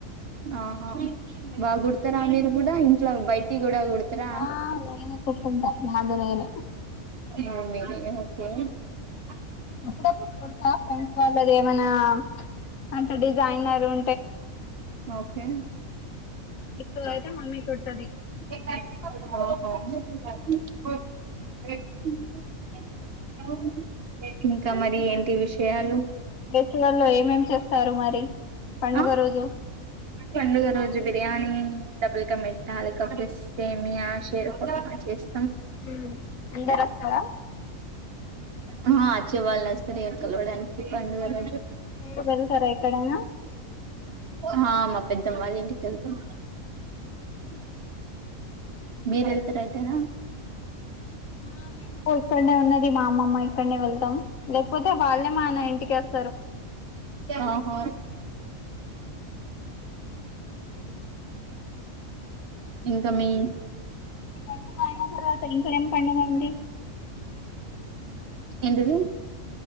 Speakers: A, on the right; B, on the left.
A: ఆహా బా కూడతారా మీరు కూడా ఇంట్లో బయటి కూడ కూడతారా,
B: ఆ నేనే కుట్టుకుంటా నాది నేనే
A: ఆ ఉ
B: అప్పుడప్పుడు కుడతా ఫ్రెండ్స్ వాళ్ళది ఏమన్నా అంటే డిజైనర్ ఉ
A: ఒకే <unintelligible>
B: ఎక్కువ అయితే మమ్మీ కుడుతది
A: <unintelligible> ఇంకా మరి ఏంటి విషయాలు
B: ఫెస్టివల్లో ఏమేం చేస్తారు మరి పండుగ
A: ఆ
B: రోజు
A: పండుగ రోజు బిర్యానీ డబుల్కమీట లేకపోతే సేమియా, షేర్కుర్మా చేసి
B: ఉ అందరూ వస్తారా
A: ఆ ఆచ్చే వాళ్ళుస్తారు ఉగాగూడనుచి పండుగలక్
B: మీరు వెళ్తారా ఎక్కడైనా
A: హ మా పెద్దమ్మ వాళ్ళ ఇంటికి వెళ్తాం
B: ఉ
A: మీరు ఏళ్తారా ఎటైనా
B: ఆ మేము ఇక్కడనే ఉన్నది, మా అమ్మమ్మ ఇక్కడనే వెళ్దాం, లేకపోతే వాళ్ళే మాన ఇంటికి వస్త
A: ఓహో ఇంక మీ
B: ఈ పండుగ అయిన తర్వాత ఇంకా ఏం పండుగ ఉంది
A: ఎంటిది